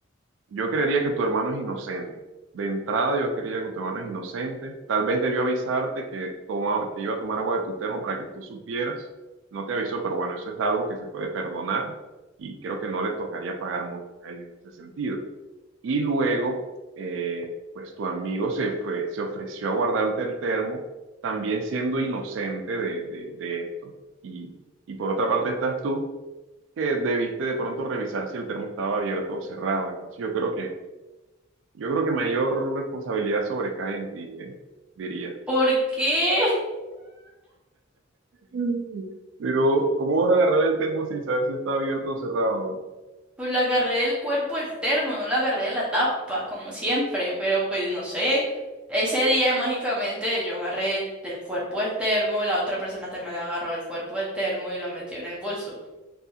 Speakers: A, on the right (about 75°); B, in the centre.
A: Yo creería que tu hermano es inocente. De entrada, yo creería que tu hermano es inocente. Tal vez debió avisarte que, toma- que iba a tomar agua de tu termo para que tú supieras. No te avisó, pero bueno, eso es algo que se puede perdonar y creo que no le tocaría pagar mucho a él en ese sentido. Y luego, eh, pues tu amigo se fue, se ofreció a guardarte el termo, también siendo inocente de, de- de esto. Y, y por otra parte estás tú, que debiste de pronto revisar si el termo estaba abierto o cerrado. Entonces, yo creo que yo creo que mayor responsabilidad sobrecae en ti, ¿eh? Diría.
B: ¿Por qué?
A: Mm. Pero, ¿cómo vas a agarrar el termo sin saber si está abierto o cerrado?
B: Pues lo agarré del cuerpo el termo, no lo agarré de la tapa, como siempre, pero pues no sé. Ese día mágicamente yo agarré el- del cuerpo el termo, la otra persona también lo agarró del cuerpo el termo y lo metió en el bolso.